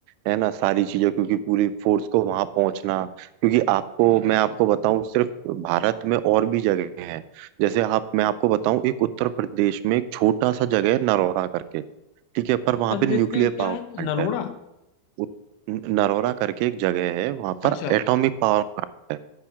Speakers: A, on the right (about 85°); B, on the left (about 80°).
A: है ना सारी चीजें क्योंकि पूरी फोर्स को वहां पहुंचना क्योंकि आपको मैं आपको बताऊं सिर्फ भारत में और भी जगह हैं जैसे आप मैं आपको बताऊं एक उत्तर प्रदेश में एक छोटा सा जगह है नरौरा करके ठीक है पर
B: उत्तर
A: वहां पे
B: प्रदेश
A: न्यूक्लियर
B: में क्या
A: पावर
B: है
A: प्लांट
B: नरोड़ा
A: है वो न- नरोरा करके एक जगह है वहां पर
B: अच्छा
A: एटॉमिक पावर प्लांट है